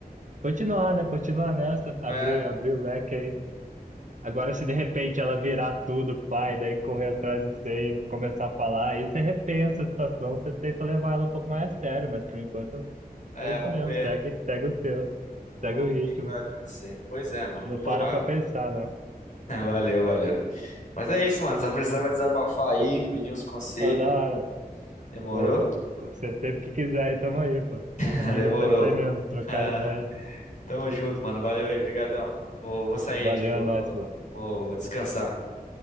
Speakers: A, on the right; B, on the left.
A: continuar, né, continuar nessa, abrir,
B: é,
A: abrir o leque aí. Agora, se de repente ela virar tudo, pai, daí correr atrás do save, começar a falar, aí você repensa a situação, você tenta levar ela um pouco mais a sério, mas por enquanto
B: é,
A: é isso
B: vamos
A: mesmo,
B: ver.
A: segue, segue o seu, segue
B: Vamos
A: o
B: ver
A: ritmo,
B: o que que vai acontecer. Pois é, mano.
A: não para
B: Pô, mas...
A: pra pensar, não.
B: É, valeu,
A: Ah,
B: valeu. Mas é isso, mano. Só precisava desabafar aí, pedir uns conselhos.
A: ah, da hora,
B: Demorou?
A: Bom, bom. Você sempre que quiser, aí tamo aí, pô.
B: <laughs>
A: Amiga,
B: Demorou.
A: pra isso aí mesmo, trocar
B: <laughs>
A: ideia.
B: Tamo junto, mano. Valeu aí, brigadão. Vou, vou sair
A: Valeu,
B: aqui, vou,
A: é nóis, pô.
B: vou descansar.